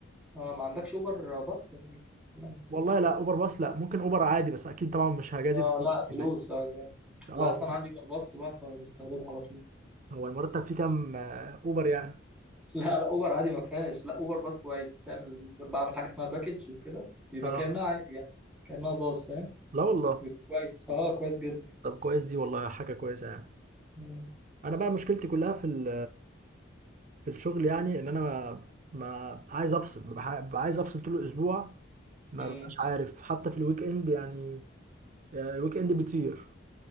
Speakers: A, in the centre; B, on the right.
A: اه ما عندكش اوبر باص في ال- لا
B: والله
A: في ال-
B: لا أوبر باص لا ممكن أوبر عادي بس أكيد طبعا مش هجازف
A: اه
B: بيه
A: لا
B: يعني.
A: فلوس اه جامد
B: اه
A: لا اصل انا عندي اوبر باص بقى فبستخدمه على طول
B: هو المرتب فيه كام آه، أوبر يعني
A: لا لا اوبر عادي ما فيهاش لا اوبر باص كويس بتعمل بعمل حاجه اسمها باكج وكده بيبقى
B: اه
A: كانها عادي يعني كانها باص فاهم
B: لا والله
A: بيبقى كويس اه كويس جدا
B: طب كويس دي والله حاجة كويسة يعني
A: مم.
B: أنا بقى مشكلتي كلها في ال- في الشغل يعني إن أنا ما ما عايز أفصل ببقى عايز أفصل طول الأسبوع ما
A: مم.
B: ببقاش عارف حتى في الويك إند يعني يعني الويك اند بيطير